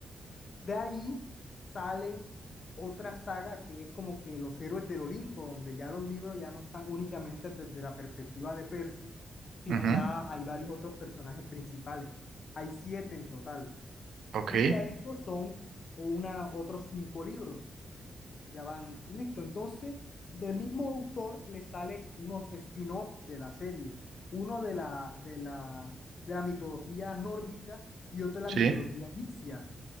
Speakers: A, on the left; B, on the right.
A: De ahí sale otra saga que es como que los héroes del Olimpo, donde ya los libros ya no están únicamente desde la perspectiva de Percy, sino
B: ujú,
A: ya hay varios otros personajes principales. Hay siete en total.
B: ok,
A: Y ya esos son una, otros cinco libros. Ya van, listo. Entonces, del mismo autor le sale unos spin-off de la serie, uno de la, de la, de la mitología nórdica y otro de
B: sí,
A: la mitología egipcia,